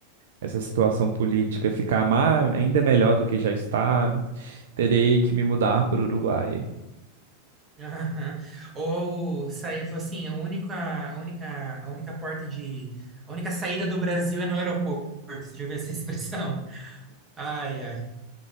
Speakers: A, on the right; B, on the right.
A: essa situação política ficar má, ainda melhor do que já está, terei que me mudar para o Uruguai.
B: <laughs> Aham. Ou sair, falou assim, a única, a única, a única porta de, a única saída do Brasil é no aeroporto. Você já ouviu essa <laughs> expressão? Ai, ai.